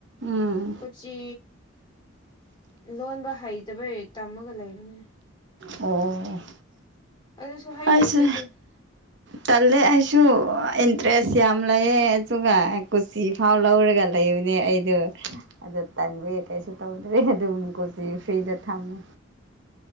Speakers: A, on the right; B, on the left.
A: ꯎꯝ
B: ꯀꯣꯆꯤ ꯂꯣꯟꯕ ꯍꯩꯇꯕꯩ ꯇꯝꯃꯒ ꯂꯩꯕꯅꯦ
A: ꯑꯣ
B: ꯑꯗꯨꯁꯨ ꯍꯩ
A: ꯑꯩꯁꯦ
B: ꯍꯩꯇꯦ ꯇꯨ
A: ꯇꯜꯂꯦ ꯑꯩꯁꯨ ꯏꯟꯇꯔꯦꯁ ꯌꯥꯝ ꯂꯩꯌꯦ ꯑꯗꯨꯒ ꯁꯨꯇꯤ ꯐꯥꯎ ꯂꯧꯔꯒ ꯂꯩꯕꯅꯦ ꯑꯩꯗꯣ ꯑꯗꯣ ꯇꯟꯕꯩ ꯀꯩꯁꯨ ꯇꯧꯗ꯭ꯔꯦ ꯑꯗꯨꯝ ꯀꯣꯆꯤ ꯐ꯭ꯔꯤꯗ ꯊꯝꯃꯦ